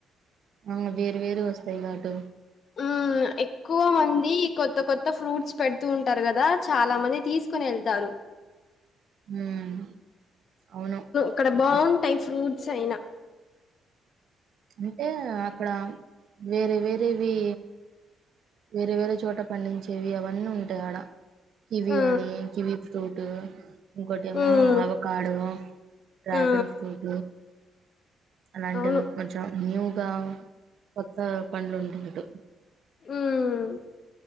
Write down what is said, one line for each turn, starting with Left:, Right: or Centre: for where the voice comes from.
Right: అవును వేరు వేరు వస్తయి గాటు
Left: ఉమ్ ఎక్కువ మంది కొత్త కొత్ త్త ఫ్రూట్స్ పెడుతూ ఉంటారు కదా చాలా మంది తీసుకుని వెళ్తారు
Right: ఉమ్ అవును
Left: అక్కడ బాగుంటయి ఫ్రూట్స్ అయినా
Right: అంటే అక్కడ వేరే వేరేవి వేరే వేరే చోట పండించేవి అవన్నీ ఉంటయి ఆడ కివి
Left: ఆ
Right: అని కివి ఫ్రూట్ ఇంకోటేమో
Left: మ్మ్
Right: ఆవకాడో డ్రాగన్
Left: ఆ
Right: ఫ్రూట్ అలాంటివి
Left: అవును
Right: కొంచెం న్యూగా కొత్త పండ్లు ఉంటున్నటు
Left: ఉమ్